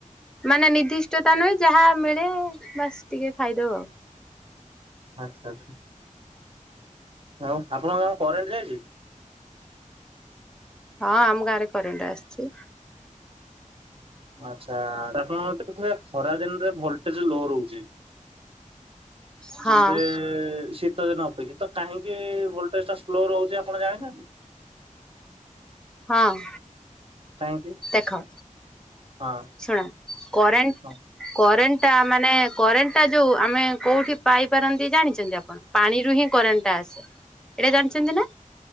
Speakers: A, in the centre; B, on the right (about 40°).
A: ମାନେ ନିର୍ଦ୍ଦିଷ୍ଟତା ନୁହେଁ ଯାହା ମିଳେ ବାସ ଟିକେ ଫାଇଦୋଉ ଆଉ।
B: ଆଚ୍ଛା ଆଚ୍ଛା। ଆଉ ଆପଣଙ୍କ ଗାଁକୁ କରେଣ୍ଟ ଯାଇଚି?
A: ହଁ ଆମ ଗାଁ ରେ କରେଣ୍ଟ ଆସିଚି।
B: ଆଚ୍ଛା ଆପଣ ଦେଖ ଖରା ଦିନରେ ଭଲଟେଜ ଲୋ ରହୁଚି।
A: ହଁ
B: ଯେମତି ସେ ତ ଦିନ ଅପେକ୍ଷା ତ କାହିଁକି ଭୋଲ୍ଟେଜ ଟଟା ସ୍ଲୋ ରହୁଛି ଆପଣ ଜାଣିଚନ୍ତି?
A: ହଁ
B: କାହିଁକି
A: ଦେଖ
B: ହଁ।
A: ଶୁଣ କରେଣ୍ଟ
B: ହଁ
A: କରେଣ୍ଟ ଟା ମାନେ କରେଣ୍ଟ ଟା ଯୋଉ ଆମେ କୋଉଠି ପାଇପାରନ୍ତି ଜାଣିଛନ୍ତି ଆପଣ? ପାଣିରୁ ହିଁ କରେଣ୍ଟ ଟା ଆସେ ଏଇଟା ଜାଣିଚନ୍ତି ନା।